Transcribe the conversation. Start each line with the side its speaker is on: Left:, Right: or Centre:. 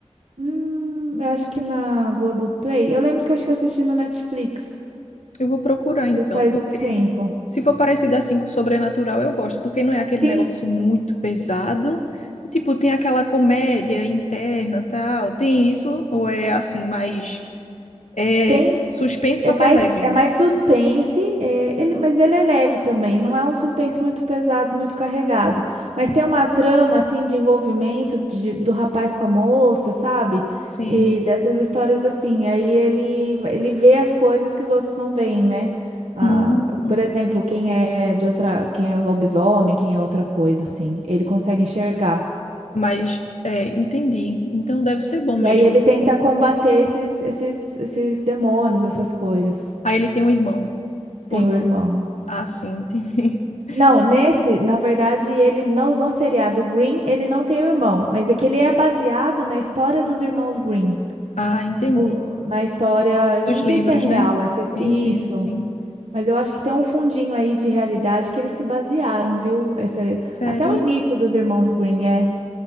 Right: Hum, eu acho que na Globoplay. Eu lembro que eu acho que eu assisti no Netflix.
Left: Eu vou procurar então,
Right: Já faz
Left: porque
Right: um tempo.
Left: se for parecido assim com sobrenatural, eu gosto, porque não é aquele
Right: Sim,
Left: negócio muito pesado. Tipo, tem aquela comédia interna, tal. Tem isso, ou é assim, mais é
Right: tem.
Left: suspense,
Right: É
Left: só que
Right: mais,
Left: é leve.
Right: é mais suspense, é, ele, mas ele é leve também. Não é um suspense muito pesado, muito carregado. Mas tem uma trama, assim, de envolvimento de- do rapaz com a moça, sabe?
Left: Sim.
Right: E dessas histórias assim. Aí ele, ele vê as coisas que os outros não veem, né? Ah,
Left: Hum,
Right: por exemplo, quem é de outra, quem é um lobisomem, quem é outra coisa, assim. Ele consegue enxergar.
Left: mas é, entendi. Então deve ser bom mesmo.
Right: E aí ele tenta combater esses, esses, esses demônios, essas coisas.
Left: Aí ele tem um irmão. Ou
Right: Tem o irmão.
Left: Ah, sim, entendi. <laughs>
Right: Não, nesse, na verdade, ele no, no seriado Green, ele não tem irmão, mas é que ele é baseado na história dos irmãos Green.
Left: Ah, entendi.
Right: No- na história,
Left: Dos
Right: não
Left: livros,
Right: sei se é real
Left: né?
Right: essa,
Left: Sim,
Right: his- isso,
Left: sim, sim.
Right: mas eu acho que tem um fundinho aí de realidade que eles se basearam, viu? Essa,
Left: Sério?
Right: até o início dos irmãos Green, é.